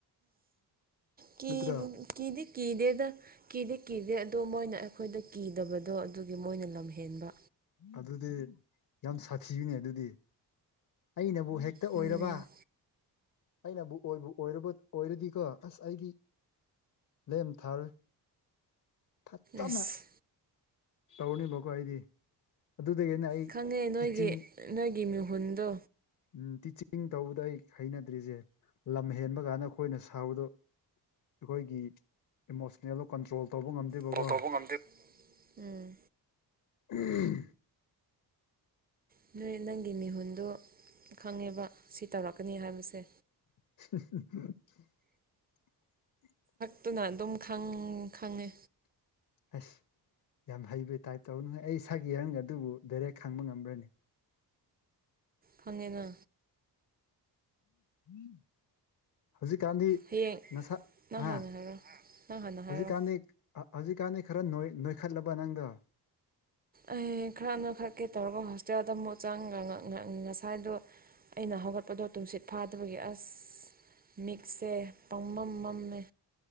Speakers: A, on the right (about 25°); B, on the left (about 45°).
A: ꯀꯤꯕꯨ
B: ꯅꯠꯇ꯭ꯔꯥ
A: ꯀꯤꯗꯤ ꯀꯤꯗꯦꯗ ꯀꯤꯗꯤ ꯀꯤꯗꯦ ꯑꯗꯣ ꯃꯣꯏꯅ ꯑꯩꯈꯣꯏꯗ ꯀꯤꯗꯕꯗꯣ ꯑꯗꯨꯒꯤ ꯃꯣꯏꯅ ꯂꯝꯍꯦꯟꯕ
B: ꯑꯗꯨꯗꯤ ꯌꯥꯝ ꯁꯥꯊꯤꯅꯦ ꯑꯗꯨꯗꯤ ꯑꯩꯅ ꯕꯨ ꯍꯦꯛꯇ ꯑꯣꯏꯔꯕ
A: ꯎꯝ
B: ꯑꯩꯅꯕꯨ ꯑꯣꯏꯕꯨ ꯑꯣꯏ ꯑꯣꯏꯔꯗꯤꯀꯣ ꯑꯁ ꯑꯩꯗꯤ ꯂꯦꯝ ꯊꯥꯔꯣꯢ ꯐꯠꯖꯅ
A: ꯑꯁ
B: ꯇꯧꯅꯤꯕꯀꯣ ꯑꯩꯗꯤ ꯑꯗꯨꯗꯒꯤꯅ ꯑꯩ
A: ꯈꯪꯉꯦ ꯅꯣꯏꯒꯤ
B: ꯇꯤꯆꯤꯡ
A: ꯅꯣꯏꯒꯤ ꯃꯤꯍꯨꯟꯗꯣ
B: ꯎ ꯇꯤꯆꯤꯡ ꯇꯧꯕꯗ ꯑꯩ ꯍꯩꯅꯗ꯭ꯔꯤꯁꯦ ꯂꯝ ꯍꯦꯟꯕ ꯀꯥꯟꯗ ꯑꯩꯈꯣꯏꯅ ꯁꯥꯎꯕꯗꯣ ꯑꯩꯈꯣꯏꯒꯤ ꯑꯦꯠꯃꯣꯁꯐꯤꯌꯔꯗꯣ ꯀꯟꯇ꯭ꯔꯣꯜ ꯇꯧꯕ ꯉꯝꯗꯦꯕꯀꯣ
A: ꯇ꯭ꯔꯣꯜ ꯇꯕ ꯉꯝꯗꯦ ꯎꯝ
B: ꯍꯝ
A: ꯑꯗꯨꯅꯦ ꯅꯪꯒꯤ ꯃꯤꯍꯨꯟꯗꯣ ꯈꯪꯉꯦꯕ ꯁꯤ ꯇꯧꯔꯛꯀꯅꯤ ꯍꯥꯏꯕꯁꯦ
B: ꯍꯍꯍ
A: ꯑꯗꯨꯨꯅ ꯑꯗꯨꯝ ꯈꯪ ꯈꯪꯉꯦ
B: ꯑꯁ ꯌꯥꯝ ꯍꯩꯕ ꯇꯥꯏꯞ ꯇꯧꯅ ꯑꯩ ꯁꯛ ꯌꯦꯡꯉꯒ ꯑꯗꯨꯕꯨ ꯗꯥꯏꯔꯦꯛ ꯈꯪꯕ ꯉꯝꯕ꯭ꯔꯅꯦ
A: ꯈꯪꯉꯦꯅ
B: <inaudible> ꯍꯧꯖꯤꯛꯀꯥꯟꯗꯤ
A: ꯍꯌꯦꯡ
B: ꯅꯁꯥ
A: ꯅꯪ ꯍꯥꯟꯅ
B: ꯑ
A: ꯍꯥꯏꯔꯣ ꯅꯪ ꯍꯥꯟꯅ
B: ꯍꯧꯖꯤꯛꯀꯥꯟꯗꯤ
A: ꯍꯥꯏꯔꯣ
B: ꯍꯧꯖꯤꯛꯀꯥꯟꯗꯤ ꯈꯔ ꯅꯣꯢ ꯅꯣꯏꯈꯠꯂꯕ ꯅꯪꯗꯣ
A: ꯑꯩ ꯈꯔ ꯅꯣꯢꯈꯠꯀꯦ ꯇꯧꯔꯒ ꯍꯣꯁꯇꯦꯜꯗ ꯑꯃꯨꯛ ꯆꯪꯉꯒ ꯉꯁꯥꯏꯗꯣ ꯑꯩꯅ ꯍꯧꯒꯠꯄꯗꯣ ꯇꯨꯝꯁꯤꯠ ꯐꯥꯗꯕꯒꯤ ꯑꯁ ꯃꯤꯠꯁꯦ ꯄꯪꯃꯝ ꯃꯝꯃꯦ